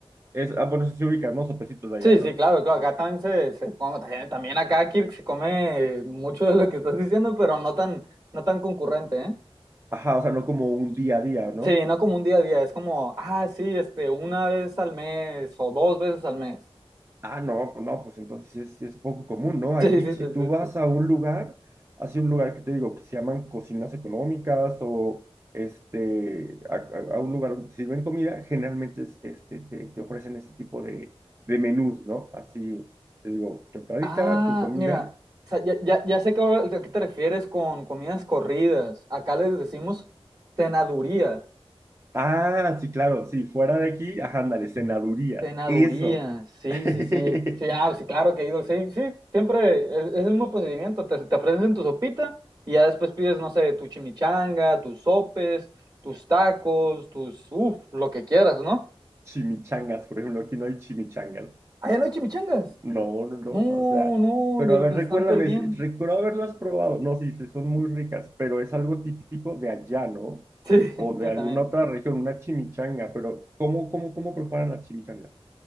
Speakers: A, on the right (about 25°); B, on the right (about 40°).
A: es, ah, bueno, eso sí se ubica, ¿no? Sopecitos de allá,
B: Sí,
A: ¿no?
B: sí, claro, claro. Acá también se, se como también, también acá Kirk se come mucho de lo que estás diciendo, pero no tan, no tan concurrente, ¿eh?
A: Ajá, o sea, no como un día a día, ¿no?
B: Sí, no como un día a día, es como, ah, sí, este, una vez al mes o dos veces al mes. <laughs>
A: Ah, no, no, pues entonces sí es, sí es poco común, ¿no? Aquí,
B: Sí, sí,
A: si
B: sí,
A: tú vas
B: sí,
A: a un lugar, así un lugar que te digo, que se llaman cocinas económicas o este, a, a- a un lugar donde te sirven comida, generalmente es, este, te, te ofrecen este tipo de, de menús, ¿no? Así, te digo, tu entradita,
B: Ah,
A: tu comida.
B: mira, o sea, ya, ya, ya sé que ahora- a qué te refieres con comidas corridas. Acá les decimos cenadurías.
A: Ah, sí, claro, sí, fuera de aquí, ajá, ándale, cenadurías,
B: Cenadurías,
A: eso.
B: sí,
A: <laughs>
B: sí, sí. Sí, ah, sí, claro que he ido. Sí, sí, siempre es, es el mismo procedimiento. Te, te ofrecen tu sopita y ya después pides, no sé, tu chimichanga, tus sopes, tus tacos, tus, uff, lo que quieras, ¿no?
A: Chimichangas, por ejemplo, aquí no hay chimichangas.
B: Allá no hay chimichangas.
A: No, no, no,
B: No,
A: o sea,
B: no,
A: pero
B: de lo
A: a ver,
B: que
A: recuérdame,
B: se están perdiendo.
A: es- recuerdo haberlas probado. No, sí, sí, son muy ricas, pero es algo típico de allá, ¿no?
B: Sí, <laughs>
A: O de
B: sí,
A: alguna
B: también.
A: otra región, una chimichanga, pero ¿cómo, cómo, cómo preparan la chimichanga?